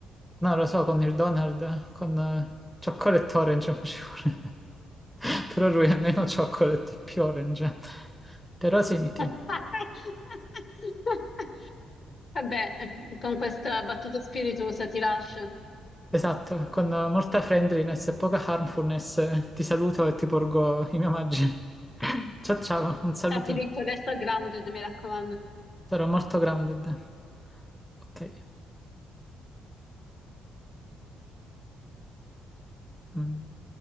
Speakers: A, in the centre; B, on the left.
A: No, lo so, con il Donald, con eh, Chocolate Orange <laughs> mi ci vuole. <laughs> Però lui è meno chocolate e più orange. Però senti,
B: <laughs> Vabbè, con questa battuta spiritosa ti lascio.
A: esatto, con eh, molta friendliness e poca harmfulness eh, ti saluto e ti porgo i miei omaggi. <laughs> Ciao ciao, un saluto.
B: Ciao Filippo, resta grande, mi raccomando.
A: Sarò molto grounded. Ok. mm.